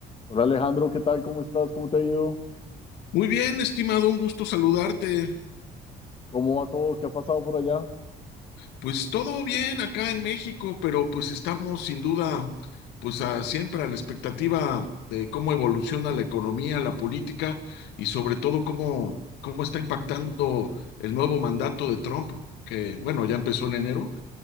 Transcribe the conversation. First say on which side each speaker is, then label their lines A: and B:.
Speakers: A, on the left; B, on the left.
A: Hola Alejandro, ¿qué tal? ¿Cómo estás? ¿Cómo te ha ido?
B: Muy bien, estimado, un gusto saludarte.
A: ¿Cómo va todo? ¿Qué ha pasado por allá?
B: Pues todo bien acá en México, pero pues estamos sin duda, pues a- siempre a la expectativa de cómo evoluciona la economía, la política y sobre todo cómo, cómo está impactando el nuevo mandato de Trump, que bueno, ya empezó en enero,